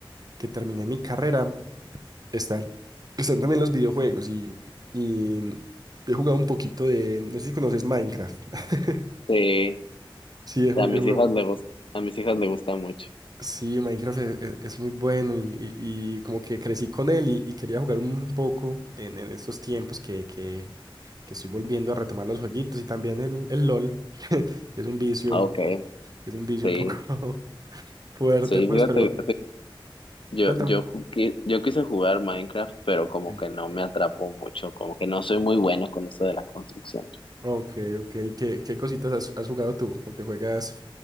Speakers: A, on the right (about 45°); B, on the left (about 70°).
A: que terminé mi carrera, están, están también los videojuegos y, y he jugado un poquito de, no sé si conoces Minecraft. <laughs>
B: Sí,
A: Sí, he ju-
B: a mis
A: he jugado,
B: hijas le gust- a mis hijas le gusta mucho.
A: Sí, Minecraft e- e- es, muy bueno y, y- y como que crecí con él y, y quería jugar un poco en, en estos tiempos que, que, que estoy volviendo a retomar los jueguitos y también el, el LOL. <laughs> Es un vicio,
B: Ah, Okay,
A: es un vicio
B: sí.
A: un poco <laughs> fuerte,
B: Sí,
A: pues,
B: fíjate,
A: pero
B: Yo,
A: cuéntame.
B: yo, ju- qui- yo quise jugar Minecraft, pero como
A: Sí.
B: que no me atrapó mucho, como que no soy muy bueno con eso de la construcción.
A: Ok, ok. ¿Qué, qué cositas has, has jugado tú o que juegas